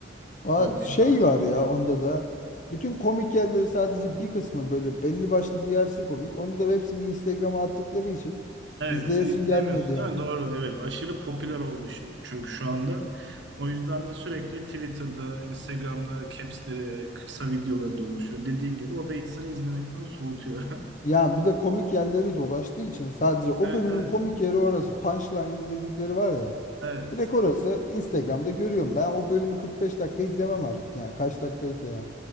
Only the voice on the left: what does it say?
Aa,
şey var ya onda da bütün komik yerleri sadece bir kısmı böyle belli başlı bir yersi komik. Onu da hepsini Instagram'a attıkları için
izleyesim
gelmedi ya.
Ya bir de komik yerleri dolaştığı için sadece o
bölümün
komik yeri orası. Punchline dedikleri var ya.
Direkt orası Instagram'da görüyorum. Ben o bölümü 45 dakika izlemem artık ya. Kaç dakikaysa ya.